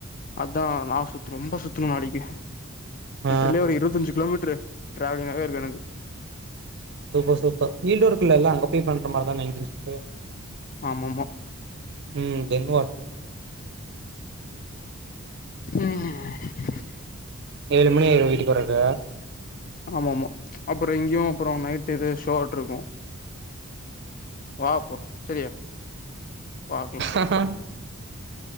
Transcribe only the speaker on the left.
அதா நா சுத்தனு ரொம்ப சுத்தனு நாளைக்கி
லிற்றல்லி ஒரு இருவத்தஞ்சு கிலோமீட்ரு ட்ராவலிங்காவே இருக்குது எனக்கு
ஆமமா
ம்
ஆமா ஆமா அப்றோ இங்கேயு அப்றோ நைட் இது ஷோட் இருக்கு
வா அப்போ சரியா பாக்லா